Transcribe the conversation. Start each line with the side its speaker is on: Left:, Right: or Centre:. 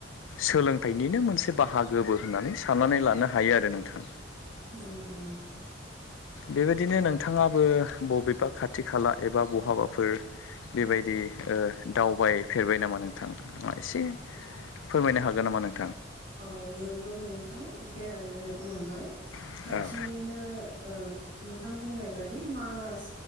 Left: सोलोंथाइनिनो मोनसे बाहागोबो होननानै साननानै लानो हायो आरो नोंथां
Right: नंगौ नोंथां
Left: बेबायदिनो नोंथाङाबो बबेबा खाथि खाला एबा बहाबाफोर बेबायदि ओ दावबाय फेरबाय नामा नोंथां एसे फोरमायनो हागोन नामा नों
Right: औ नोंगौ नोंथां बेरायनो मोनबाय
Left: भुटान
Right: खाथिनिनो ओ नोंथां बुंनाय बादि मानास